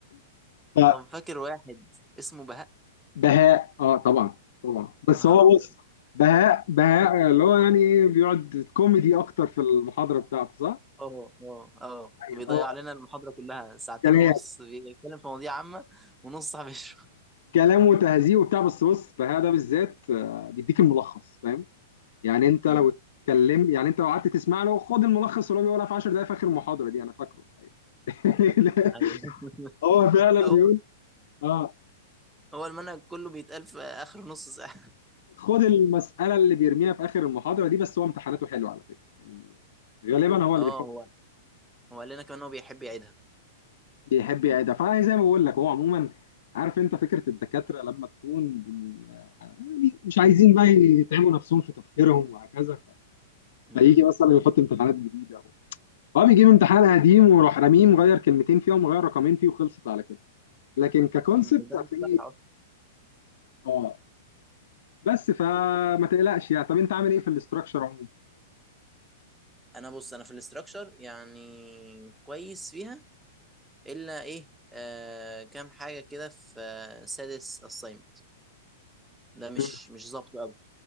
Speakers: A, on the left; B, in the centre.
A: <laughs>
B: طب فاكر واحد اسمه بهاء
A: بهاء اه طبعا طبعا بس
B: يا نهار
A: هو
B: ابيض
A: بص بهاء بهاء اللي هو يعني ايه بيقعد كوميدي اكتر في المحاضره بتاعته صح؟
B: اه اه اه
A: أيوة.
B: بيضيع
A: اه
B: علينا المحاضره كلها ساعتين
A: كلام
B: ونص بيتكلم في مواضيع عامه ونص صاحب يشرح
A: كلام وتهذيب وبتاع بس بص بهاء ده بالذات آه، بيديك الملخص فاهم؟ يعني انت لو
B: امم
A: اتكلمت يعني انت لو قعدت تسمع له خد الملخص اللي هو بيقولها في 10 دقائق في اخر المحاضره دي انا فاكره أيوة.
B: ايوه
A: <laughs>
B: <laughs>
A: هو فعلا
B: هو
A: بيقول اه
B: هو المنهج كله بيتقال في اخر نص ساعه
A: خد المساله اللي بيرميها في اخر المحاضره دي بس هو امتحاناته حلوه على فكره يعني غالبا هو اللي
B: اه
A: بيحط
B: هو هو قال لنا كمان هو بيحب يعيدها
A: بيحب يعيدها فانا زي ما بقول لك هو عموما عارف انت فكره الدكاتره لما تكون بن- يعني مش عايزين بقى يتعبوا نفسهم في تفكيرهم وهكذا ف...
B: امم
A: فيجي مثلا يحط امتحانات جديده هو بيجيب امتحان قديم ويروح راميه مغير كلمتين فيه ومغير رقمين فيه وخلصت على كده لكن ككونسبت
B: أمم. ده
A: هتلاقيه
B: صح اصلا
A: اه بس فما تقلقش يعني طب انت عامل ايه في الاستراكشر عموما؟
B: انا بص انا في الاستراكشر يعني كويس فيها الا ايه آه كام حاجه كده في آه سادس assignment ده مش
A: مم.
B: مش ظابط قوي